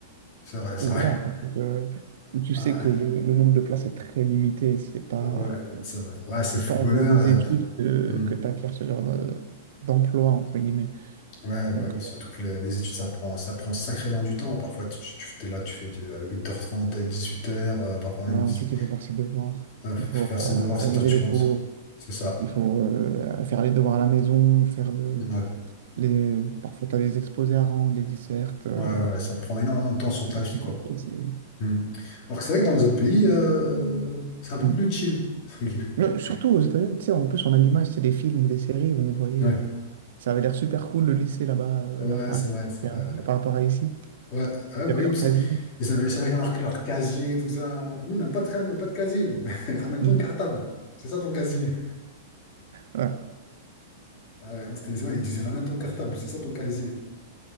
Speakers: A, on the left (about 40°); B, on the right (about 70°).
A: c'est vrai, c'est
B: Ou
A: vrai.
B: voilà,
A: <laughs>
B: un truc, euh, où tu
A: Ah,
B: sais que le, le nombre de places est très limité, c'est pas,
A: ouais, c'est vrai. Ouais, c'est
B: c'est
A: footballeur.
B: pas en faisant des
A: euh,
B: études que,
A: hmm.
B: que tu acquiers ce genre de- d'emploi, entre guillemets.
A: Ouais, bah,
B: Donc,
A: oui, surtout que le- les études, ça prend, ça prend sacrément du temps. Parfois, tu, tu, tu- t'es là, tu fais du, à 8h30, à 18h, euh, parfois même
B: euh, ouais,
A: 10,
B: ensuite, il faut faire ses devoirs,
A: ouais, faut
B: il faut
A: faire ses
B: euh,
A: devoirs,
B: réviser
A: 7h, tu
B: les
A: rentres.
B: cours,
A: C'est ça.
B: il faut euh, faire les devoirs à la maison, faire le,
A: Ouais,
B: les, parfois tu as des exposés à rendre, des dissertes. euh,
A: ouais, ouais, ça te prend énormément de temps sur ta
B: c'est
A: vie,
B: compliqué,
A: quoi.
B: c'est-
A: Hmm. Alors que c'est vrai que dans les autres pays, euh, c'est un peu
B: hmm.
A: plus chill. <laughs>
B: Mais surtout aux États-Unis, tu sais, en plus, on a l'image, c'est des films ou des séries où on voyait,
A: Ouais,
B: euh, ça avait l'air super cool le lycée là-bas, euh,
A: ouais,
B: la fac,
A: c'est vrai, c'est
B: euh,
A: vrai.
B: par rapport à ici.
A: Ouais, ouais, ouais,
B: Il
A: bah
B: y avait
A: oui,
B: leur
A: parce
B: casier.
A: que ils avaient chacun leur, leur casier, tout ça. Nous, on n'a pas de, nous, on n'a pas de casier, nous. <laughs> Ramène ton
B: Mm.
A: cartable. C'est ça ton casier.
B: Ouais.
A: Ah ouais, non, c'était, ouais, ils disaient ramène ton cartable, c'est ça ton casier.